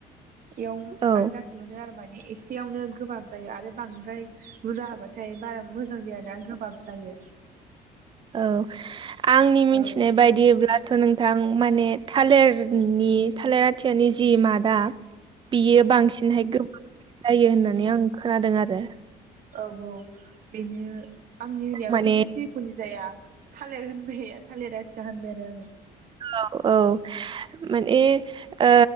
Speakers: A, on the right; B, on the right.
A: इयाव
B: औ
A: आन्दास मोनो आरो माने एसेयावनो गोबाब जायो आरो बांद्राय बुरजा होबाथाय बारा मोजां जायाना गोबाब जायो
B: औ आंनि मिथिनाय
A: औ
B: बायद दिब्लाथ' नोंथां माने थालेरनि थालेर आथियानि जि मादा
A: <inaudible>
B: बियो बांसिनहाय गोबाब जायो होननानै आं खोनादों आरो
A: औ औ बेनो आंनि होनायाबो
B: माने
A: बेनो जि खुनि जाया थालेर होनबाय थालेर आथिया होनबाय आरो आङो
B: औ औ माने ओ